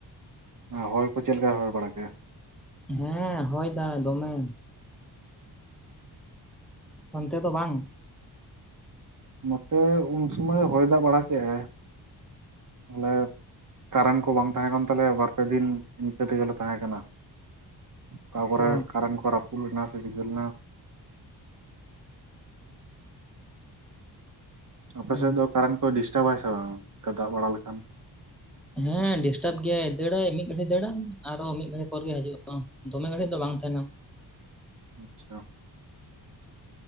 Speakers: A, on the right (about 45°); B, in the centre.
A: ᱟᱨ ᱦᱚᱭ ᱠᱚ ᱪᱮᱫ ᱞᱮᱠᱟᱭ ᱦᱚᱭ ᱵᱟᱲᱟ ᱠᱮ
B: ᱦᱮᱸ ᱦᱚᱭ ᱫᱟᱭ ᱫᱚᱢᱮ ᱚᱱᱛᱮ ᱫᱚ ᱵᱟᱝ
A: ᱱᱚᱛᱮ ᱩᱱ ᱥᱚᱢᱚᱭ ᱦᱚᱭ ᱫᱟᱜ ᱵᱟᱲᱟ ᱠᱮᱜ ᱟᱭ ᱟᱞᱮ ᱠᱟᱨᱮᱱ ᱠᱚ ᱵᱟᱝ ᱛᱟᱦᱮᱸ ᱠᱟᱱ ᱛᱟᱞᱮᱭᱟ ᱵᱟᱨ ᱯᱮ ᱫᱤᱱ ᱤᱱᱠᱟᱹ ᱛᱮᱜᱮᱞᱮ ᱛᱟᱦᱮᱸ ᱠᱟᱱᱟ ᱚᱠᱟ ᱠᱚᱨᱮ
B: ᱚ
A: ᱠᱟᱨᱮᱱ ᱠᱚ ᱨᱟᱹᱯᱩᱫ ᱞᱮᱱᱟ ᱥᱮ ᱪᱤᱠᱟᱹ ᱞᱮᱱᱟ ᱟᱯᱮᱥᱮᱫ
B: ᱦᱩᱸ
A: ᱫᱚ ᱠᱟᱨᱮᱱ ᱠᱚᱭ ᱰᱤᱥᱴᱟᱵᱟᱭ ᱥᱮ ᱵᱟᱝ ᱚᱱᱠᱟ ᱫᱟᱜ ᱵᱟᱲᱟ ᱞᱮᱠᱷᱟᱱ
B: ᱦᱮᱸ ᱰᱤᱥᱴᱟᱯ ᱜᱮᱭᱟᱭ ᱫᱟᱹᱲᱟᱭ ᱢᱤᱫ ᱜᱷᱟᱹᱲᱤᱡ ᱫᱟᱹᱲᱟ ᱟᱨᱦᱚ ᱢᱤᱫ ᱜᱷᱟᱹᱲᱤᱡ ᱯᱚᱨ ᱜᱮ ᱦᱤᱡᱩᱜᱼᱟ ᱫᱚᱢᱮ ᱜᱷᱟᱹᱲᱤᱡ ᱫᱚ ᱵᱟᱝ ᱛᱟᱦᱮᱱᱟ
A: ᱟᱪᱪᱷᱟ